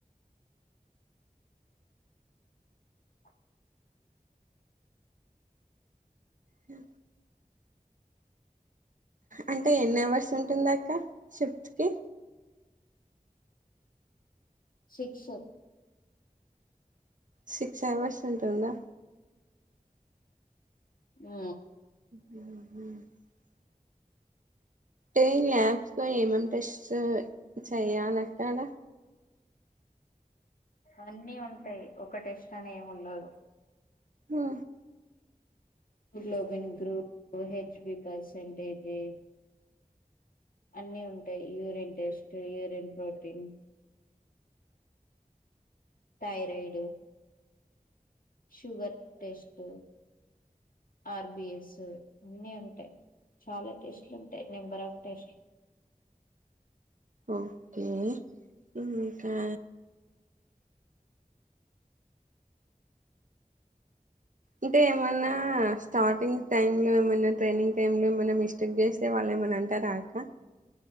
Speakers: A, on the left; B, on the right.
A: అ
B: హ అంటే ఎన్ని అవర్స్ ఉంటుంది అక్క షిఫ్త్ కి
A: సిక్స్
B: సిక్స్ అవర్స్ ఉంటుందా
A: ఆ
B: హ అే ల్యాబ్స్ త ఏమేం టెస్ట్ చెయ్యాలి అక్కడా
A: అన్నీ ఉంటాయి ఒక టెస్ట్ అని ఏమి ఉండదు
B: ఆ
A: హోగ్లోబన్ గ్రూప్ హెచ్బి పర్సెంటేజే అన్నిీ ఉంటాయి urine test urine protein thyroid sugar test RBS అన్నిీ ఉంటాయి చాలా టేస్ట్లు ఉంటాయి నెంబర్ ఆఫ్ టేస్ట్లు
B: ఓకే ఇకా అంటే ఏమన్నా స్టార్టింగ్ టైమ్ లో ఏమైన్నా ట్రైనింగ్ టైమ్ లో ఏమైన్నా మిస్టేక్ చేస్తే వాళ్ళ ఏమ నంటారా అక్క